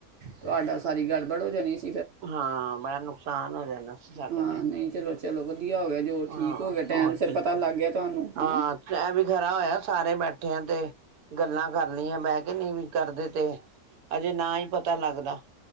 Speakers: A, on the right (about 55°); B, on the right (about 80°).
A: ਤੁਹਾਡਾ ਸਾਰੀ ਗੱਲ ਬੜ੍ਹੋ ਜਾਣੀਸੀ
B: ਹਾਂ ਬੜਾ ਨੁਕਸਾਨ ਹੋ ਜਾਂਦਾ ਸੀ ਸਾਡਾ
A: ਹਾਂ
B: ਤੇ
A: ਨਹੀਂ ਚਲੋ ਚਲੋ ਵਧ ਵਧੀਆ ਹੋ ਗਿਆ ਜੋ
B: ਹਾਂ
A: ਠੀਕ ਹੋ ਗਿਆ ਟਾਈਮ
B: ਹੋਰ
A: ਸਿਰ
B: ਕੀ
A: ਪਤਾ ਲੱਗ ਗਿਆ ਤੁੂਹਾਣੁ ਨੋ
B: ਹਾਂ
A: ਹੈਨਾ
B: ਇਹ ਵੀ ਖਰਾ ਹੋਇਆ ਸਾਰੇ ਬੈਠੇ ਆ ਤੇ ਗੱਲਾਂ ਕਰਲਈਆਂ ਬਹਿ ਕੇ ਨਹੀਂ ਵੀ ਕਰਦੇ ਤੇ ਅਜੇ ਨਾ ਹੀ ਪਤਾ ਲੱਗਦਾ